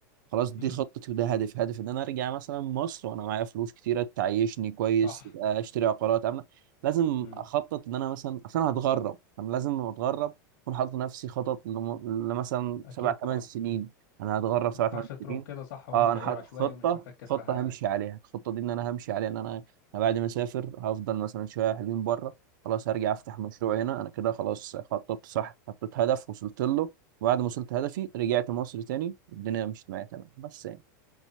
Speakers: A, on the right; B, on the left.
A: خلاص دي
B: امم
A: خطتي وده هدفي هدف ان انا ارجع مثلا مصر وانا معايا فلوس كتيره تعيشني كويس
B: صح
A: آه، اشتري عقارات انا لازم
B: امم
A: اخطط ان انا مثلا عشان أنا هتغرب انا لازم لما اتغرب اكون حاطط لنفسي خطط لم- لمثلا
B: اكيد
A: سبع ثمان
B: طبعا
A: سنين انا هتغرب سبع
B: ما ينفعش
A: ثمان
B: تروح
A: سنين
B: كده صح وانت
A: اه انا
B: ايه
A: حاطط
B: عشوائي
A: خطه
B: ومش مفكر
A: خطه
B: في حاجة
A: همشي عليها الخطه دي ان انا همشي عليها ان انا أنا بعد ما اسافر هفضل مثلا شويه حلوين بره خلاص هرجع افتح مشروع هنا انا كده خلاص خططت صح حطيت هدف وصلت له بعد ما وصلت هدفي رجعت مصر تاني الدنيا مشيت معايا تمام بس يعني